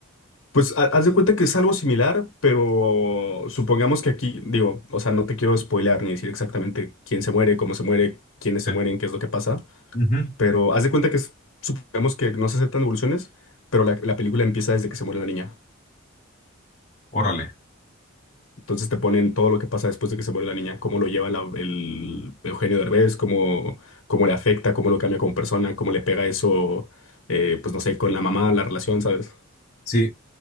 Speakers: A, on the left; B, on the left.
A: Pues ha- haz de cuenta que es algo similar, pero supongamos que aquí, digo, o sea, no te quiero spoilear ni decir exactamente quién se muere, cómo se muere, quiénes se
B: Sí.
A: mueren, qué es lo que pasa,
B: Ujú.
A: pero haz de cuenta que es- supongamos que no se aceptan devoluciones, pero la, la película empieza desde que se muere la niña.
B: Órale,
A: Entonces te ponen todo lo que pasa después de que se muere la niña, cómo lo lleva la- el Eugenio Derbez, cómo, cómo le afecta, cómo lo cambia como persona, cómo le pega eso, eh, pues no sé, con la mamá, la relación, ¿sabes?
B: sí.